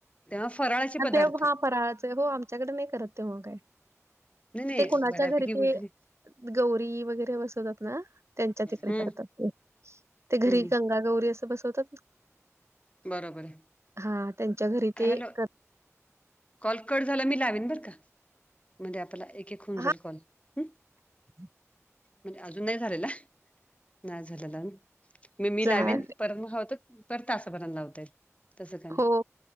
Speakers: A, on the left; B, on the right.
A: तेव्हा फराळाचे
B: आणि
A: पदार्थ
B: ते हां, फराळाचं हो आमच्याकडे नाही करत तेव्हा काय
A: नाही नाही
B: ते कुणाच्या
A: बऱ्यापैकी
B: घरी ते
A: वगैरे
B: गौरी वगैरे बसवतात ना त्यांच्या तिकडे
A: हम्म
B: करतात ते ते
A: हम्म
B: घरी गंगा गौरी असं बसवतात
A: बरोबर आहे
B: हा त्यांच्या घरी ते
A: हॅलो
B: कर
A: कॉल कट झाला मी लावेन बरं का म्हणजे आता एक, एक होऊन जाईल
B: हां,
A: कॉल हम्म
B: <unintelligible>
A: म्हणजे अजून नाही झालेला नाही झालेला म मी
B: चालेल.
A: लावीन परत म हवं तर परत तासाभरान लावता येईल तस काय नाही,
B: हो,